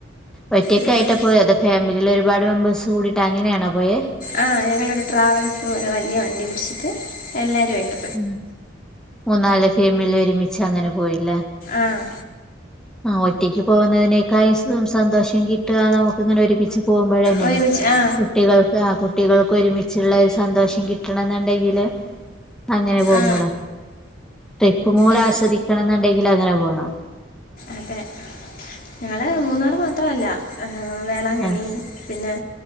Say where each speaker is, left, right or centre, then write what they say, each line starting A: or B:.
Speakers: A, in the centre; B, on the left (about 45°).
A: ഒറ്റക്ക്‌ആയിട്ടപോയെ
B: ഉം.
A: അതൊ ഫാമിലിലെഒരുപാട് മെമ്പേഴ്സ് കൂടിട്ട് അങ്ങനെയാണോ പോയേ
B: ആ ഞങ്ങളൊരു ട്രാവൽസ്പോലെ വല്യവണ്ടി വിളിച്ചിട്ട് എല്ലാരുംആയിട്ട്
A: ഉം മൂന്നാല്ഫാമിലിഒരുമിച്ചഅങ്ങനെ പോയില്ലെ
B: ആഹ്
A: ആഒറ്റക്ക്പോവുന്നതിനേക്കായും സന്തോഷംകിട്ടാ നമുക്ക് ഇങ്ങനെ ഒരുമിച്ച് പോമ്പഴെന്നെണ്
B: ഒരുമിച്ച് ആ
A: കുട്ടികൾക്ക് ആ കുട്ടികൾക്ക് ഒരുമി ച്ച്ള്ള ഒരു സന്തോഷം കിട്ടണംന്ണ്ടെങ്കില് അങ്ങനെ പോമ്പള്
B: ആ
A: ട്രിപ്പ് മൂട്
B: ഉം.
A: ആസ്വദിക്കണംന്നുണ്ടെങ്കില് അങ്ങനെ പോണം
B: അതെ ഞങ്ങള് മൂന്നാറ് മാത്രല്ലാ ഹ് വേളാങ്കണ്ണി
A: ആഹ്
B: പിന്നെ